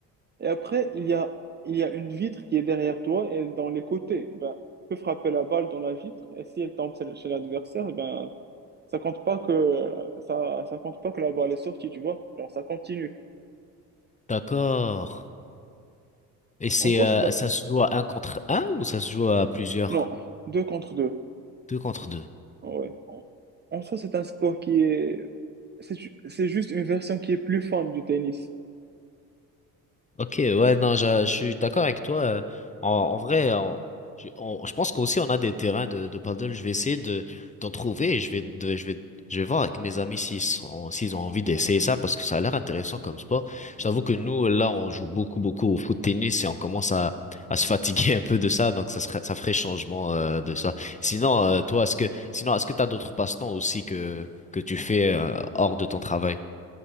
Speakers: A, on the right; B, on the left.
A: Et après, il y a, il y a une vitre qui est derrière toi et dans les côtés. Ben, tu peux frapper la balle dans la vitre et si elle tombe chez chez l'adversaire, ben, ça compte pas que, ça, ça compte pas que la balle est sortie, tu vois. Alors, ça continue.
B: d'accord. Et c'est
A: En soi,
B: euh,
A: c'est un,
B: ça se joue à un contre un ou ça se joue à plusieurs?
A: non, deux contre deux.
B: Deux contre deux.
A: Ouais. En en soi, c'est un sport qui est... C'est ju- c'est juste une version qui est plus fun du tennis.
B: Ok, ouais, non, je, je suis d'accord avec toi. euh, En, en vrai, en- je on- je pense qu'aussi on a des terrains de, de paddle. Je vais essayer de d'en trouver et je vais, de- je vais, je vais voir avec mes amis s'ils sont- s'ils ont envie d'essayer ça parce que ça a l'air intéressant comme sport. Je t'avoue que nous, là, on joue beaucoup, beaucoup au foot tennis et on commence à, à se fatiguer <laughs> un peu de ça, donc ça serait, ça ferait changement euh, de ça. Sinon, euh, toi, est-ce que, sinon, est-ce que t'as d'autres passe-temps aussi que que tu fais euh, hors de ton travail?